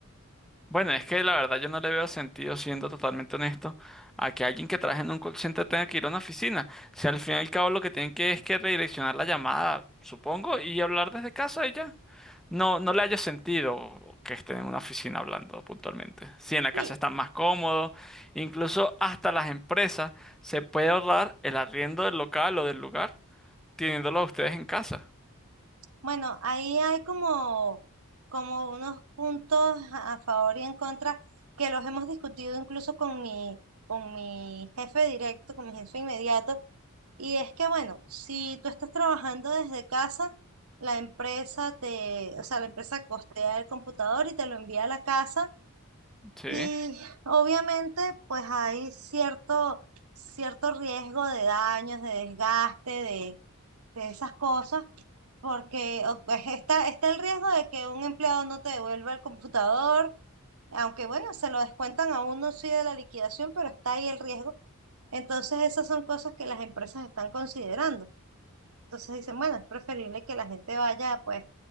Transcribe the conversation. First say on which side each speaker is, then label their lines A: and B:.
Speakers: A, in the centre; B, on the right (about 80°).
A: Bueno, es que la verdad yo no le veo sentido, siendo totalmente honesto, a que alguien que trabaje en un call center tenga que ir a una oficina. Si al fin y al cabo lo que tienen que es que redireccionar la llamada, supongo, y hablar desde casa y ya. No, no le haya sentido que estén en una oficina hablando puntualmente. Si en la
B: Sí,
A: casa están más cómodos incluso hasta las empresas se puede ahorrar el arriendo del local o del lugar teniéndolo a ustedes en casa.
B: Bueno, ahí hay como, como unos puntos a a favor y en contra que los hemos discutido incluso con mi, con mi jefe directo, con mi jefe inmediato. Y es que, bueno, si tú estás trabajando desde casa, la empresa te, o sea, la empresa costea el computador y te lo envía a la casa.
A: Sí.
B: Y obviamente, pues hay cierto, cierto riesgo de daños, de desgaste, de de esas cosas porque o- pues, está, está el riesgo de que un empleado no te devuelva el computador, aunque bueno, se lo descuentan a uno sí de la liquidación, pero está ahí el riesgo. Entonces esas son cosas que las empresas están considerando. Entonces dicen, bueno, es preferible que la gente vaya pues